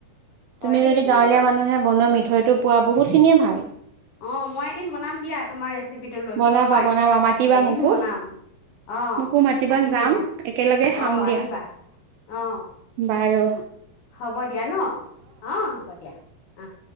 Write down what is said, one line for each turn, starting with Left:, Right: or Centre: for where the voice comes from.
Left: হয়
Right: তুমি
Left: দেই
Right: যদি
Left: কিন্তু
Right: গাঁৱলীয়া মানুহে বনোৱা মিঠৈটো পোৱা বহুত খিনিয়ে ভাল
Left: অ মই এদিন বনাম দিয়া তোমাৰ ৰেচিপিটো লৈছো
Right: বনাবা
Left: নহয়।
Right: বনাবা মাতিবা
Left: এদিন
Right: মোকো
Left: বনাম অ
Right: মোকো মাতিবা
Left: মাতিম
Right: যাম
Left: দিয়া
Right: একেলগে খাম দিয়া
Left: আহিবা অ।
Right: বাৰু
Left: হ'ব দিয়া ন। অঁ হ'ব দিয়া অঁহ।